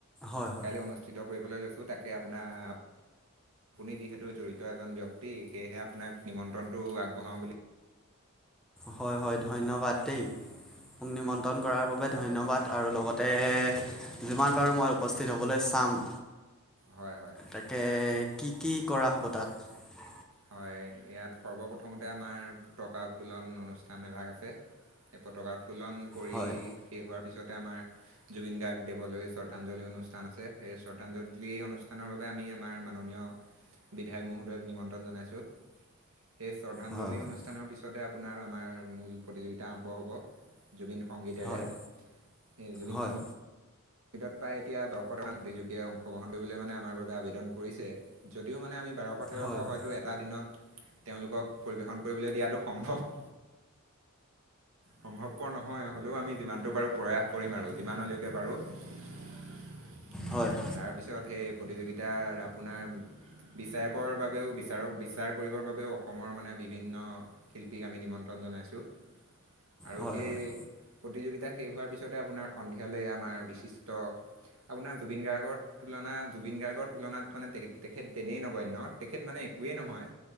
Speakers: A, in the centre; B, on the right.
A: হয় হয়
B: কাইলৈ অনুষ্ঠিত কৰিবলৈ লৈছোঁ তাকে আপোনাৰ আপুনি যিহেতু জড়িত এজন ব্যক্তি সেয়েহে আপোনাক নিমন্ত্ৰণটো আগবঢ়াওঁ বুলি
A: হয় হয় ধন্যবাদ দেই মোক নিমন্ত্ৰণ কৰাৰ বাবে ধন্যবাদ আৰু লগতে যিমান পাৰোঁ মই উপস্থিত হ'বলৈ চাম
B: হয় হয়
A: তাকে কি কি কৰা হ'ব তাত
B: হয় ইয়াত সৰ্বপ্ৰথমতে আমাৰ পতকা উত্তোলন অনুষ্ঠান এভাগ আছে। এই পতাক উত্তোলন কৰি
A: হয়
B: শেষ হোৱাৰ। পিছতে আমাৰ জুবিন গাৰ্গ দেৱলৈ শ্ৰদ্ধাঞ্জলি অনুষ্ঠান আছে সেই শ্ৰদ্ধাঞ্জলি অনুষ্ঠানৰ বাবে। আমি আমাৰ মাননীয় বিধায়ক মহোদয়ক নিমন্ত্ৰণ জনাইছো। শ্ৰদ্ধাঞ্জলি
A: হয় হয়
B: অনুষ্ঠানৰ পিছতে আপোনাৰ আমাৰ মূল প্ৰতিযোগিতা আৰম্ভ হ'ব জুবিন। সংগীতেৰে
A: হয়
B: সেই জুবিন
A: হয়
B: সংগীত। ক্ৰিকটত প্ৰায় এতিয়া দহশটামান প্ৰতিযোগিয়ে অংশগ্ৰহণ কৰিবলৈ মানে আমাৰ বাবে আবেদন কৰিছে যদিও মানে আমি। বাৰশ তেৰশ
A: হয় হয়
B: হয়তো এটা দিনত। তেওঁলোকক পৰিৱেশন কৰিবলৈ দিয়াটো সম্ভৱ সম্ভৱপৰ নহয় হ'লেও আমি যিমানতটো পাৰো প্ৰয়াস কৰিম আৰু যিমানলৈকে পাৰো। হয়
A: হয় হয়
B: তাৰপিছত সেই প্ৰতিযোগিতাৰ আপোনাৰ বিচাৰকৰ বাবেও বিচাৰক বিচাৰ কৰিবৰ বাবেও অসমৰ মানে বিভিন্ন শিল্পীক আমি নিম নিমন্ত্ৰণ জনাইছোঁ আৰু
A: হয়
B: সেই
A: হয়
B: প্ৰতিযোগিতা শেষ হোৱাৰ পিছতে আপোনাৰ সন্ধিয়ালৈ আমাৰ। বিশিষ্ট আপোনাৰ জুবিন গাৰ্গৰ তুলনা জুবিন গাৰ্গৰ তুলনাত মানেত তেখেত তেনেই নগনয় তেখেত মানে। একোৱেই নহয়